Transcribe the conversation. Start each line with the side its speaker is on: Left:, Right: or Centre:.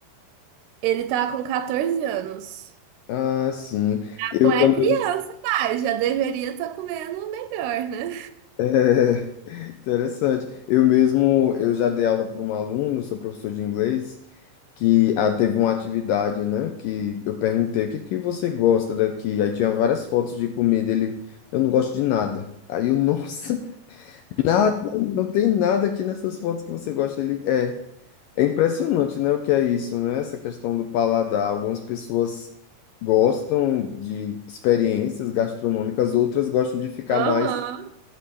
Right: Ele tá com 14 anos.
Left: Ah, sim. Eu
Right: Não é
Left: também.
Right: criança mais, já deveria estar comendo melhor, né?
Left: <laughs> Interessante. Eu mesmo, eu já dei aula para um aluno, sou professor de inglês, que ah, teve uma atividade, né? Que eu perguntei, o que que você gosta daqui? Aí tinha várias fotos de comida. Ele, eu não gosto de nada. Aí eu, nossa, <laughs> nada, não tem nada aqui nessas fotos que você gosta. Ele, é. É impressionante, né? O que é isso, né? Essa questão do paladar. Algumas pessoas gostam de experiências gastronômicas, outras gostam de ficar
Right: Aham.
Left: mais